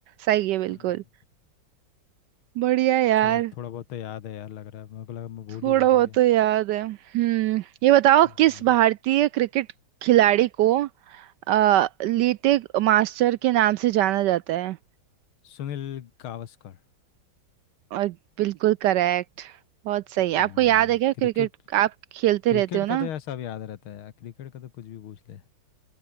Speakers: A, on the right; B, on the left.
A: सही है बिल्कुल
B: हम्म
A: बढ़िया यार
B: चलो थोड़ा बहुत तो याद है यार लग रहा है मेरे को लगा मैं भूल
A: थोड़ा
B: ही गया
A: बहुत
B: था क्या
A: तो याद है हम्म ये बताओ
B: हम्म
A: किस भारतीय क्रिकेट खिलाड़ी को आ, लीटे मास्टर के नाम से जाना जाता है
B: सुनील गावस्कर
A: और बिल्कुल करेक्ट बहुत सही
B: हम्म
A: आपको याद है क्या क्रिकेट
B: क्रिकेट
A: आप खेलते
B: क्रिकेट
A: रहते हो
B: का
A: ना
B: तो यार सब याद रहता है यार क्रिकेट का तो कुछ भी पूछ ले